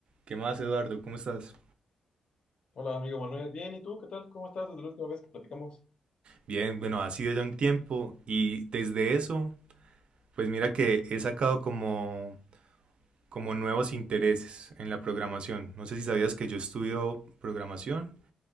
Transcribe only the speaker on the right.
¿Qué más, Eduardo? ¿Cómo estás?
Bien, bueno, ha sido ya un tiempo y desde eso, pues mira que he sacado como, como nuevos intereses en la programación. No sé si sabías que yo estudio programación